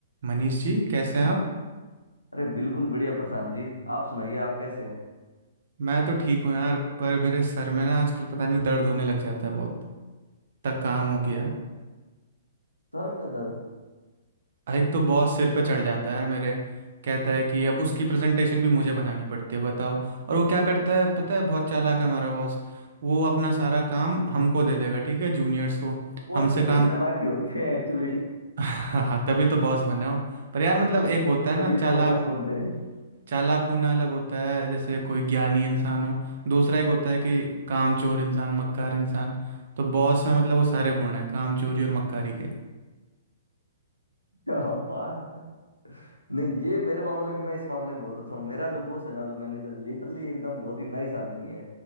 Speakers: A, on the right; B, on the left.
A: मनीष जी कैसे हैं आप
B: अरे बिल्कुल बढ़िया प्रशांत जी आप सुनाइए आप कैसे हैं
A: मैं तो ठीक हूँ यार पर मेरे सर में ना आजकल पता नहीं दर्द होने लग जाता है बहुत तक काम हो
B: अरे
A: गया
B: सर में दर्द
A: है एक तो बॉस सिर पे चढ़ जाता है यार मेरे कहता है कि अब उसकी प्रेजेंटेशन भी मुझे बनानी पड़ती है बताओ और वो क्या करता है पता है बहुत चालाक है हमारा बॉस वो अपना सारा काम हमको दे देगा ठीक है जूनियर्स को
B: वो
A: हमसे
B: सभी
A: काम
B: चालाकी
A: <laughs>
B: होते हैं एक्चुअली <laughs>
A: हाँ तभी तो बॉस बना हो पर यार मतलब एक होता है ना
B: तभी
A: चालाक
B: तो वो बॉस बनते हैं
A: चालाक होना अलग होता है जैसे कोई ज्ञानी इंसान हो दूसरा एक होता है कि कामचोर इंसान मक्कार इंसान तो बॉस में मतलब वो सारे गुण हैं कामचोरी और मक्कारी के
B: क्या बात है नहीं ये मेरे मामले में मैं इस मामले में बहुत अच्छा हूँ मेरा जो बॉस है ना जो मैनेजर लिटरली एकदम बहुत ही नाइस आदमी है